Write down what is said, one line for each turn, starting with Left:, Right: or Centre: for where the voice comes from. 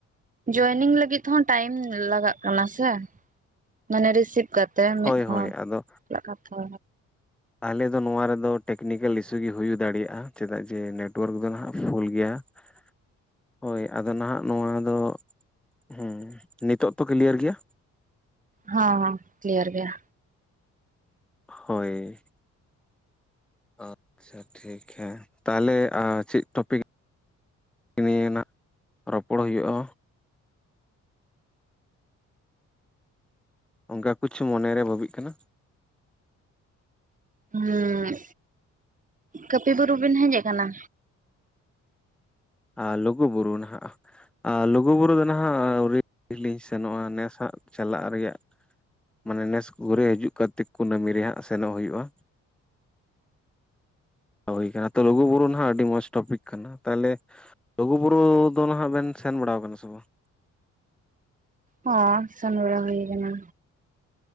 Right: ᱡᱚᱭᱮᱱᱤᱝ ᱞᱟᱹᱜᱤᱫ ᱛᱮ ᱦᱚᱸ ᱴᱟᱭᱤᱢ ᱞᱟᱜᱟᱜ ᱠᱟᱱᱟ ᱥᱮ ᱢᱟᱱᱮ ᱨᱤᱥᱤᱵ ᱠᱟᱛᱮ ᱛᱮ
Centre: ᱦᱳᱭ
Right: ᱢᱤᱫ ᱦᱚᱲ
Centre: ᱦᱳᱭ ᱟᱫᱚ
Right: ᱪᱮᱫ ᱠᱟᱛᱷᱟ
Centre: ᱟᱞᱮ ᱫᱚ ᱱᱚᱣᱟ ᱨᱮᱫᱚ ᱴᱮᱠᱱᱤᱠᱮᱞ ᱤᱥᱩ ᱜᱮ ᱦᱩᱭ ᱫᱟᱲᱮᱭᱟᱜᱼᱟ ᱪᱮᱫᱟᱜ ᱡᱮ ᱱᱮᱴᱳᱣᱟᱨᱠ ᱫᱚ ᱱᱟᱦᱟᱜ ᱯᱷᱩᱞ ᱜᱮᱭᱟ <unintelligible> ᱦᱳᱭ ᱟᱫᱚ ᱱᱟᱦᱟᱜ ᱱᱚᱣᱟ ᱫᱚ ᱦᱮᱸ ᱱᱤᱛᱳᱜ ᱛᱚ ᱠᱞᱤᱭᱟᱨ ᱜᱮᱭᱟ
Right: ᱦᱚᱸ ᱠᱞᱤᱭᱟᱨ ᱜᱮᱭᱟ
Centre: ᱦᱳᱭ ᱟᱪᱪᱷᱟ ᱴᱷᱤᱠ ᱦᱮᱸ ᱛᱟᱦᱚᱞᱮ ᱪᱮᱫ ᱴᱚᱯᱤᱠ ᱱᱤᱭ ᱱᱟᱜ ᱨᱚᱯᱚᱲ ᱦᱩᱭᱩᱜᱼᱟ ᱚᱱᱠᱟ ᱠᱩᱪᱷ ᱢᱚᱱᱮᱨᱮ ᱵᱷᱟᱹᱵᱤᱜ ᱠᱟᱱᱟ
Right: ᱦᱮᱸ ᱠᱟᱹᱯᱤ ᱵᱩᱨᱩ ᱵᱤᱱ ᱦᱮᱡ ᱟᱠᱟᱱᱟ
Centre: ᱟᱨ ᱞᱩᱜᱩᱼᱵᱩᱨᱩ ᱱᱟᱦᱟᱜ ᱟᱨ ᱞᱩᱜᱩᱵᱩᱨᱩ ᱫᱚ ᱱᱟᱦᱟᱜ ᱟᱹᱣᱨᱤ ᱞᱤᱧ ᱥᱮᱱᱚᱜᱼᱟ ᱱᱮᱥᱦᱟᱜ ᱪᱟᱞᱟᱜ ᱨᱮᱭᱟᱜ ᱢᱟᱱᱮ ᱱᱮᱥ ᱜᱩᱨᱮ ᱦᱤᱡᱩᱜ ᱠᱟᱨᱛᱤᱠ ᱠᱩᱱᱟᱹᱢᱤ ᱨᱮ ᱦᱟᱸᱜ ᱥᱮᱱᱚᱜ ᱦᱩᱭᱩᱜᱼᱟ ᱦᱩᱭ ᱟᱠᱟᱱᱟ ᱛᱚ ᱞᱩᱜᱩᱵᱩᱨᱩ ᱱᱟᱦᱟᱜ ᱟᱹᱰᱤ ᱢᱚᱡᱽ ᱴᱚᱯᱤᱠ ᱠᱟᱱᱟ ᱛᱟᱦᱚᱞᱮ ᱞᱩᱜᱩ ᱵᱩᱨᱩ ᱫᱚ ᱱᱟᱦᱟᱜ ᱵᱮᱱ ᱥᱮᱱ ᱵᱟᱲᱟ ᱟᱠᱟᱱᱟ ᱥᱮ ᱵᱟᱝ
Right: ᱦᱚᱸ ᱥᱮᱱ ᱵᱟᱲᱟ ᱦᱩᱭ ᱟᱠᱟᱱᱟ